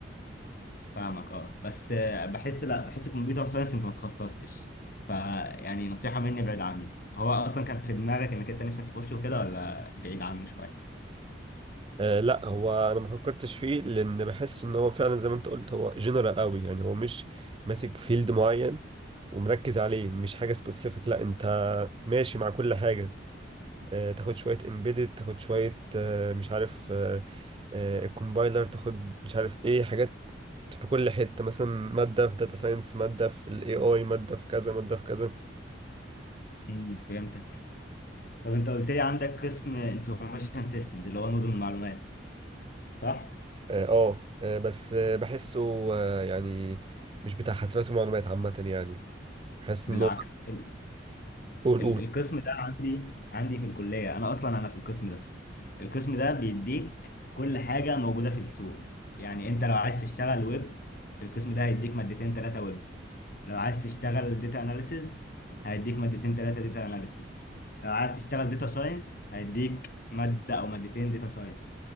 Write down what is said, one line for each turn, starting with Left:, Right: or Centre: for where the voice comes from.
Left: فاهمك اه بس آه، بحس لا بحس الكمبيوتر ساينس انت ما تخصصتش فيعني نصيحة مني ابعد عنه هو اصلا كان في دماغك انك انت نفسك تخشه وكده ولا بعيد عنه شوية
Right: آه لا هو انا ما فكرتش فيه لان بحس ان هو فعلا زي ما انت قلت هو جنرال قوي يعني هو مش ماسك فيلد معين ومركز عليه مش حاجه سبيسيفيك لا انت ماشي مع كل حاجه آه تاخد شويه امبيدد تاخد شويه آه مش عارف آه آه الكومبايلر تاخد مش عارف ايه حاجات في كل حته مثلا ماده في داتا ساينس ماده في الاي اي ماده في كذا ماده في كذا
Left: امم فهمتك طب انت قلت لي عندك قسم انفورميشن سيستمز اللي هو نظم المعلومات صح
Right: اه, آه آه، بس آه بحسه آه يعني مش بتاع حاسبات ومعلومات عامه يعني بحس
Left: بالعكس
Right: ان هو
Left: ال
Right: قول
Left: ال
Right: قول
Left: القسم ده عندي عندي في الكلية انا اصلا انا في القسم ده القسم ده بيديك كل حاجة موجودة في السوق يعني انت لو عايز تشتغل ويب القسم ده هيديك مادتين ثلاثة ويب لو عايز تشتغل داتا اناليسز هيديك مادتين ثلاثه داتا اناليسز لو عايز تشتغل داتا ساينس هيديك ماده او مادتين داتا ساينس